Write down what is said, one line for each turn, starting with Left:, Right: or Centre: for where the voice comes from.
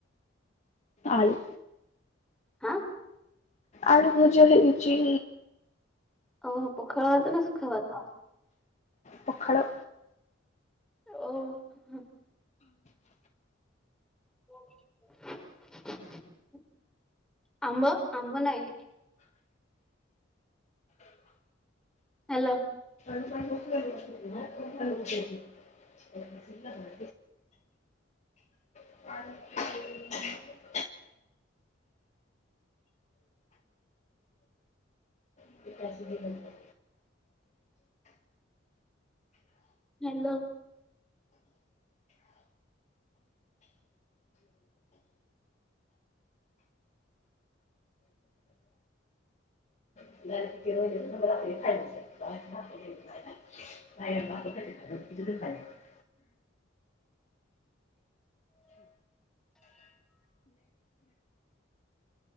Left: ଆଳୁ।
Centre: ହା?
Left: ଆଳୁ ଭଜା ହେଇଚି।
Centre: ଆଉ ପଖାଳ ଭାତ ନା ସୁଖା ଭାତ?
Left: ପଖାଳ।
Centre: ଓ <unintelligible> <inaudible> ଆମ୍ବ ଆମ୍ବ ନାଇଁ। ହାଲୋ।
Left: <unintelligible> <unintelligible> <unintelligible> <unintelligible>
Centre: ହ୍ୟାଲୋ।
Left: <inaudible> <inaudible> <inaudible> <unintelligible>